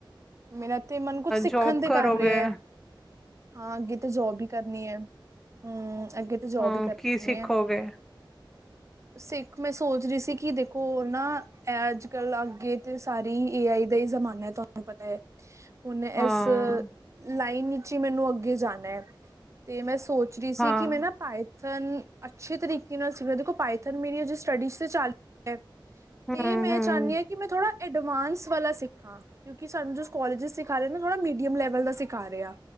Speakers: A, on the right; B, in the centre.
A: ਮੇਰਾ ਤੇ ਮਨ ਕੁਛ ਸਿੱਖਣ
B: ਜੋਬ
A: ਤੇ
B: ਕਰੋਗੇ
A: ਕਰ ਰਿਹਾ ਹੈ। ਹਾਂ ਅੱਗੇ ਤੇ ਜੋਬ ਵੀ ਕਰਨੀ ਹੈ ਹਮ ਅੱਗੇ ਜੋਬ
B: ਹਾਂ
A: ਹੀ ਕਰਨੀ
B: ਕੀ ਸਿੱਖੋਗੇ
A: ਹੈ ਸਿੱਖ ਮੈਂ ਸੋਚ ਰਹੀ ਸੀ। ਸੀ ਕਿ ਦੇਖੋ ਨਾ ਅੱਜ ਕੱਲ ਅੱਗੇ ਤੇ ਸਾਰੇ ਹੀ ਏ ਆਈ ਦਾ ਹੀ ਜਮਾਨਾ ਤਾਂ ਪਤਾ ਹੈ ਹੁਣ ਇਸ
B: ਹਾਂ
A: ਲਾਈਨ ਵਿੱਚ ਹੀ ਮੈਨੂੰ ਅੱਗੇ ਜਾਣਾ। ਤੇ ਮੈਂ ਸੋਚ ਰਹੀ ਸੀ
B: ਹਾਂ
A: ਕਿ ਮੈਂ ਨਾ ਪਾਏ ਅੱਛੇ ਤਰੀਕੇ ਨਾਲ ਸੀਗਾ ਦੇੋ ਪਾਈਥਨ ਮੇਰੀ ਸਟੱਡੀ ਚਾਲ ਰਹੀ ਹੈ
B: ਹੂੰ
A: ਤੇ ਮੈਂ
B: ਹੂੰ
A: ਚਾਹੁੰਦੀ ਹਾਂ ਕਿ ਮੈਂ ਥੋੜਾ ਐਡਵਾਂਸ ਵਾਲਾ ਸਿੱਖਾਂ ਕਿਉਂਕ ਸਾਨੂੰ ਜੋ ਕੋਲਾਜ ਸਿਖ ਰਹੇ ਨਾ ਥੋੜਾ ਮੀਡੀਅਮ ਲੈਵਲ ਦਾ ਸਿਖਾ ਰਿਹਾ ਆ।